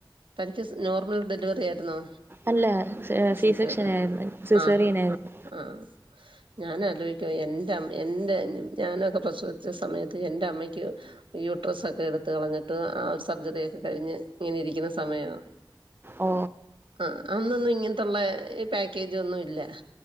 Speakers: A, on the right; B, on the right.
A: തനിക്ക് സ് നോർമൽ ഡെലിവറി ആയിരുന്നോ?
B: അല്ല സീസെക്ഷനായിര്ന്ന്.
A: സിസേറിയൻ
B: സിസേറിയനായിര്ന്ന്.
A: ആഹ് ആഹ് ആഹ് ആഹ് ഞാൻ ആലോചിക്കുവാ എന്റെ, എന്റെ ഞാനൊക്കെ പ്രസവിച്ച സമയത്ത് എന്റെ അമ്മയ്ക്ക്. യൂട്രസക്കെ എടുത്ത് കളഞ്ഞിട്ട് ആ സർജറി ഒക്കെ കഴിഞ്ഞ് ഇങ്ങനെ ഇരിക്കുന്ന സമയാണ്.
B: ഓ
A: ആ അന്നൊന്നും ഇങ്ങനത്തുള്ള ഈ പാക്കേജൊന്നും ഇല്ല